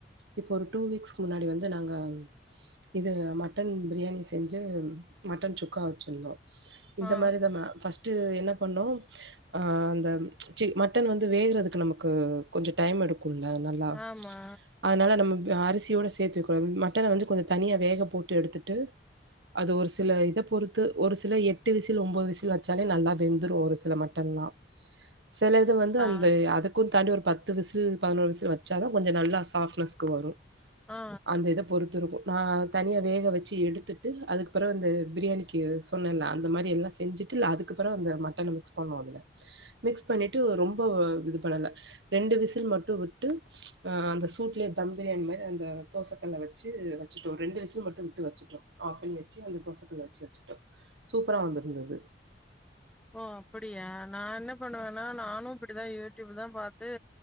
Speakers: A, on the right; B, in the centre.
A: இப்போ ஒரு டூ வீக்ஸ்க்கு முன்னாடி வந்து நாங்க இது மட்டன் பிரியாணி செஞ்சு மட்டன் சுக்கா வச்சுர்ந்தோ இந்த
B: ஆ
A: மாரிதாம ஃபஸ்ட்டு என்ன பண்ணோ அ அந்த சி மட்டன் வந்து வேகுறதுக்கு நமக்கு கொஞ்சொ டைம் எடுக் கு ல நல்லா
B: ஆமா
A: அதனால நம்ம அரிசியோடு சேத்தி வெக்கூடா மட்டன வந்து கொஞ்சொ தனியா வேக போட்டு எடுத்துட்டு அது ஒரு சில இத பொறுத்து ஒரு சில எட்டு விசில் ஒன்பது விசில் வச்சாலே நல்லா வெந்துரு ஒரு சில மட்டன்லா சிலது வந்து
B: ஆ
A: அந்த அதுக்கு தாண்டி ஒரு பத் பத்து விசில் பதினோரு விசில் வச்சாதா கொஞ்சொ நல்லா சாஃர்ப்னஸ் க்கு வரும்
B: ஆ ஆ
A: அந்த இத பொறுத்திருக்கு நா தனியா வேக வச்சு எடுத்துட் டு அதுக்கபற வந்து பிரியாணி கி சொன்னேன்ல அந்த மாரி எல்லா செஞ்சுட்டு ல அதுக்குப் பிறவு அந்த மட்டன மிக்ஸ் பண்ணோ அதுல மிக்ஸ் பண்ணீட்டு ஒ ரொம்ப வ இது பண்ணல ரெண்டு விசில் மட்டு வுட்டு அ அந்த சூட்லே தம் பிரியாணி மாரி அந்த தோசக்கல்ல வச்சு வச்சுட்டோ ரெண்டு விசல் மட்டு விட்டு வச்சுட்டோ ஆஃப் பண்ணி வச்சு அந்த தோசக்கல்ல வச்சு வச்சுட்டோ சூப்பரா வந்திருந்தது
B: ஓ அப்படியா நா என்ன பண்ணுவனா நானு இப்படிதா யூடியூபு தா பாத் இது